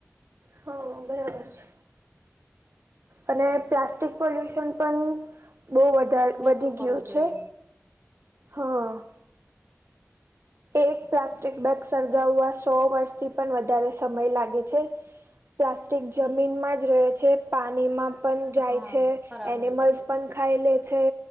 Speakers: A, on the right; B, on the right.
A: હા બરાબર છે. અને પ્લાસ્ટિક પોલ્યુશન પણ બહુ વધ વધી
B: ઓછું કરવું
A: ગયું
B: જોઈએ
A: છે હા એક પ્લાસ્ટિક બેગ સળગાવવા સો વર્ષથી પણ વધારે સમય લાગે છે. પ્લાસ્ટિક જમીનમાં જ રહે છે, પાણીમાં પણ જાય
B: હા
A: છે.
B: ખરાબ
A: એનિમલ્સ
B: નથી થતું
A: પણ ખાઈ લે છે,